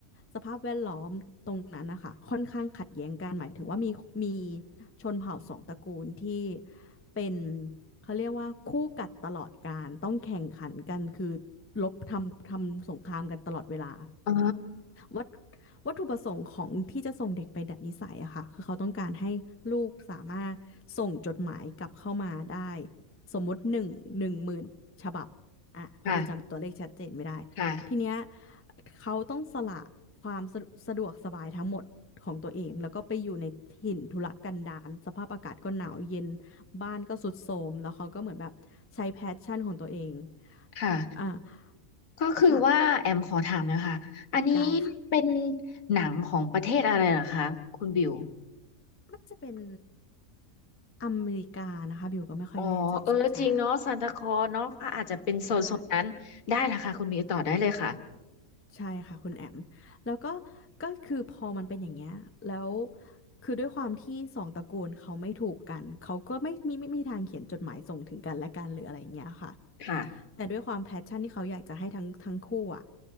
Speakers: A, on the left (about 15°); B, on the left (about 75°).
A: สภาพแวดล้อมตรงนั้นนะคะค่อนข้างขัดแย้งกันหมายถึงว่ามีมีชนเผ่าสองตระกูลที่เป็นเขาเรียกว่าคู่กัดตลอดกาลต้องแข่งขันกันคือรบทำทำสงครามกันตลอดเวลา
B: อ๋อ
A: วัตวัตถุประสงค์ของที่จะส่งเด็กไปดัดนิสัยอะค่ะคือเขาต้องการให้ลูกสามารถส่งจดหมายกลับเข้ามาได้สมมุติหนึ่งหนึ่งหมื่นฉบับอ่ะเพราะบิวจำตัวเลขชัดเจนไม่ได้
B: ค่ะค่ะ
A: ทีเนี้ยเขาต้องสละความสะสะดวกสบายทั้งหมดของตัวเองแล้วก็ไปอยู่ในถิ่นทุรกันดารสภาพอากาศก็หนาวเย็นบ้านก็สุดโทรมแล้วเขาก็เหมือนแบบใช้แพชชั่นของตัวเอง
B: ค่ะ
A: อ่า
B: ก็คือว่าแอมขอถามนะคะอันนี้
A: ค่ะได้ค่ะ
B: เป็นหนังของประเทศอะไรเหรอคะคุณบิว
A: น่าจะเป็น อเมริกานะคะบิวก็ไม่ค่อยแน่ใจสัญชาติ
B: อ๋อเออจริงเนาะซานตาคลอสเนาะก็อาจจะเป็นโซนโซนนั้นได้ละค่ะคุณบิวต่อได้เลยค่ะ
A: ใช่ใช่ค่ะคุณแอมแล้วก็ก็คือพอมันเป็นอย่างเงี้ยแล้วคือด้วยความที่สองตระกูลเขาไม่ถูกกันเขาก็ไม่มีไม่มีทางเขียนจดหมายส่งถึงกันและกันหรืออะไรอย่างเงี้ยค่ะ
B: ค่ะ
A: แต่ด้วยความแพชชั่นที่เขาอยากจะให้ทั้งทั้งคู่อะ